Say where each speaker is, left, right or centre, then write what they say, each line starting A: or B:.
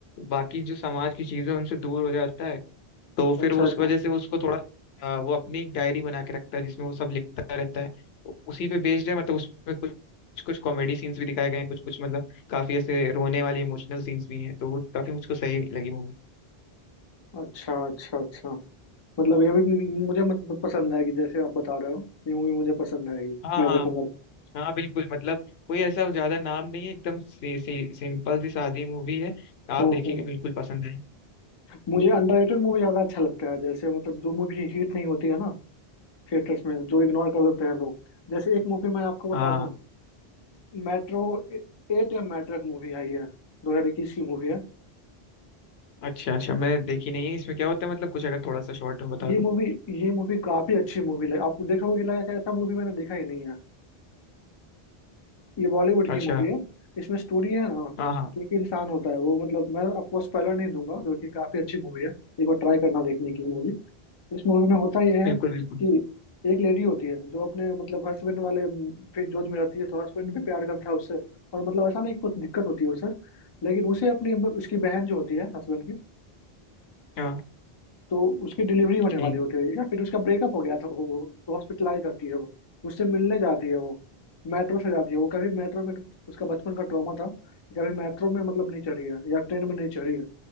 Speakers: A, on the left; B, on the left.
A: बाकी जो समाज की चीजें हैं, उनसे दूर हो जाता है तो फिर
B: अच्छा
A: वो उस
B: अच्छा
A: वजह से उसको थोड़ा अ, वो अपनी एक डायरी बना के रखता है जिसमें वो सब लिखता रहता है उसी पे बेस्ड है मतलब उसमें कुछ कुछ कुछ कॉमेडी सीन्स भी दिखाए गए हैं कुछ कुछ मतलब काफी ऐसे रोने वाले इमोशनल सीन्स भी हैं तो वो काफी मुझको सही लगी मूवी
B: अच्छा अच्छा अच्छा मतलब ये भी मुझे मतलब पसंद आएगी जैसे आप बता रहे हो ये मूवी मुझे पसंद आएगी
A: हाँ
B: मैं
A: हाँ
B: देखूंगा
A: हाँ बिल्कुल मतलब कोई ऐसा ज्यादा नाम नहीं है एकदम सी, सी, सिंपल सी सादी मूवी है आप
B: तो
A: देखेंगे
B: हूँ हूँ
A: बिल्कुल पसंद है
B: मुझे अंडररेटेड मूवी ज्यादा अच्छा लगता है जैसे मतलब जो मूवी हिट नहीं होती है ना थिएटर्स में जो इग्नोर कर देते हैं लोग जैसे एक मूवी मैं आपको
A: हाँ
B: बता दूं मेट्रो एट या मेट्रो एक मूवी आई है दो हजार इक्कीस की मूवी है
A: अच्छा अच्छा मैंने देखी नहीं है इसमें क्या होता है मतलब कुछ अगर थोड़ा सा शॉर्ट में बता
B: ये
A: दो
B: मूवी ये मूवी काफी अच्छी मूवी लगी आप देखोगे लायक ऐसा मूवी मैंने देखा ही नहीं है ये बॉलीवुड
A: अच्छा
B: की मूवी है इसमें स्टोरी है ना
A: हाँ हाँ
B: कि एक इंसान होता है वो मतलब मैं आपको स्पॉइलर नहीं दूंगा जो कि काफी अच्छी मूवी है एक बार ट्राई करना देखने की मूवी इस मूवी में होता यह
A: बिल्कुल
B: है
A: बिल्कुल
B: कि एक लेडी होती है जो अपने मतलब हस्बैंड वाले फिर जोध में रहती है तो हस्बैंड भी प्यार करता है उससे और मतलब ऐसा नहीं कि कुछ दिक्कत होती है उसे लेकिन उसे अपनी उसकी बहन जो होती है हस्बैंड की
A: हाँ
B: तो उसकी डिलीवरी होने
A: ठीक
B: वाली होती है या फिर उसका ब्रेकअप हो गया था वो वो- तो हॉस्पिटलाइज जाती है वो उससे मिलने जाती है वो मेट्रो से जाती है वो कभी मेट्रो में उसका बचपन का ट्रॉमा था कि कभी मेट्रो में मतलब नहीं चढ़ी है या ट्रेन में नहीं चढ़ी है